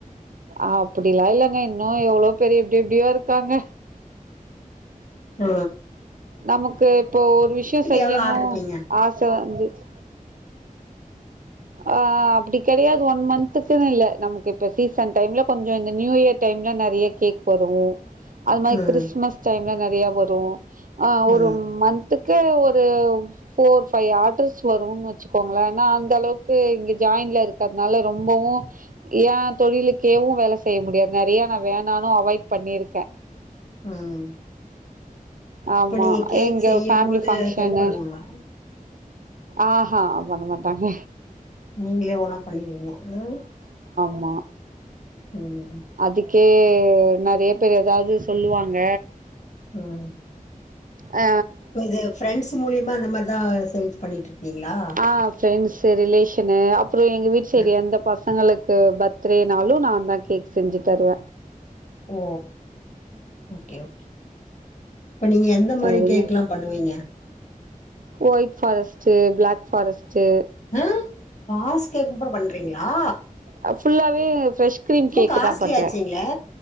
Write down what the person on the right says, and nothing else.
அப்புடிலா இல்லங்க இன்னு எவ்ளோ பேர் எப்டி எப்டியோ ருக்காங்க.
நமக்கு இப்போ ஒரு விஷயொ செய்யணு
ஆச வந்துச் ஆ அப்புடி கெடையாது ஒன் மந்த்துக்குனு இல்ல நமக்கு இப்ப சீசன் டைம்ல கொஞ்சொ இந்த நியூ இயர் டைம் இன்னு நெறைய கேக் வரு அது மாரி
கிறிஸ்மஸ் டைம்ல நெறைய வரு ஆ ஒரு
மந்த்துக் கு ஒரு ஃபோர் ஃபைவ் ஆர்டர்ஸ் வருன் வச்சுக்கோங்களே நா அந்த அளவுக் கு இங்க ஜாயின்ல இருக்கறனால ரொம்பவு ஏ தொழிலுக்கேவு வேல செய்ய முடியாது நெறைய த நா வேணானு அவாய்ட் பண்ணிருக்கே.
ஆமா
எங்க
ஃபேம்லி
ஃபங்க்ஷன்னு
ஆ ஹா பண்ண மாட்டாங்க
உமா
அதுக்கே நெறைய பேர் எதாது சொல்லுவாங்க.
ஆ
ஆ ஃப்ரெண்ட்ஸு ரிலேஷனு அப்பற எங்க வீட்டு சைடு
எந்த பசங்களுக்கு பர்த்டேனாலு நான் தா கேக் செஞ்சு தருவ
சரிங்க
ஒயிட் பாரஸ்ட்டு பிளாக் பாரஸ்ட்டு
அ புல்லாவே ப்ரெஷ் கிரீம் கேக்
தா பண்ற